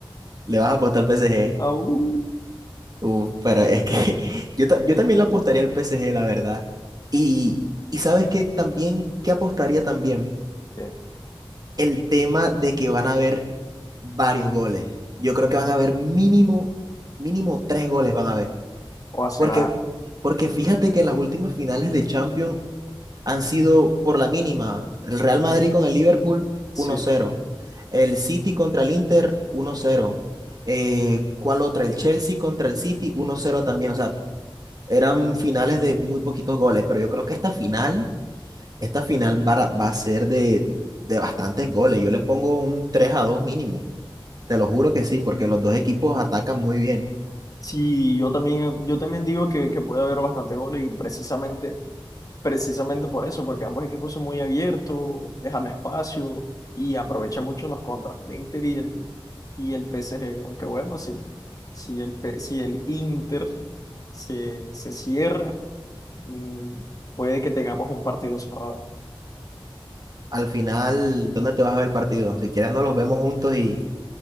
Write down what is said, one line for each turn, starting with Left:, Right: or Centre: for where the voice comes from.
Right: ¿Le vas a apostar al PSG?
Left: Au.
Right: Uf, pero es que <laughs> yo, ta- yo también le apostaría al PSG, la verdad. Y, y ¿sabes qué? También, ¿qué apostaría también?
Left: Bien.
Right: el tema de que van a haber varios goles. Yo creo que van a haber mínimo, mínimo tres goles van a haber.
Left: O a Será.
Right: Porque, porque fíjate que las últimas finales de Champions han sido por la mínima. El Real Madrid con el Liverpool,
Left: Sí.
Right: uno cero El City contra el Inter, uno cero Eh, ¿cuál otra? El Chelsea contra el City, uno cero también. O sea, eran finales de muy poquitos goles, pero yo creo que esta final esta final va a, va a ser de, de bastantes goles. Yo le pongo un 3 a 2 mínimo. Te lo juro que sí, porque los dos equipos atacan muy bien.
Left: Sí, yo también, yo también digo que, que puede haber bastante goles y precisamente, precisamente por eso, porque ambos equipos son muy abiertos, dejan espacio y aprovechan mucho las contras el Inter y el, y el P S G Aunque bueno, sí. Si el, P- si el Inter se, se cierra. Mm, puede que tengamos un partido cerrado.
Right: Al final, ¿dónde te vas a ver el partido? Si quieres, nos los vemos juntos y,